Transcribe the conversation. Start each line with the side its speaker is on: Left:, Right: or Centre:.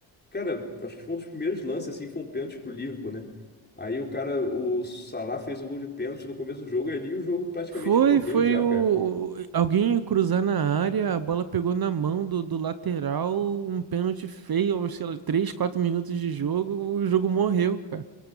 Left: Cara, acho que foi um dos primeiros lances, assim, foi um pênalti pro Liverpool, né? Aí o cara, o Salah fez o gol de pênalti no começo do jogo ali, o jogo praticamente
Right: foi,
Left: morreu
Right: foi
Left: já,
Right: o,
Left: cara.
Right: o- alguém ia cruzar na área, a bola pegou na mão do, do lateral, um pênalti feio, aos, sei lá, 3, 4 minutos de jogo, o jogo morreu, cara.